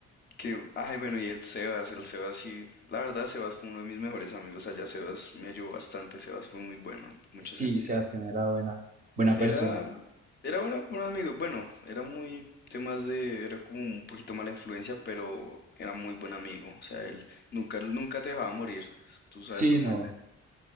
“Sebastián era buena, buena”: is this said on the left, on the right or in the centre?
Right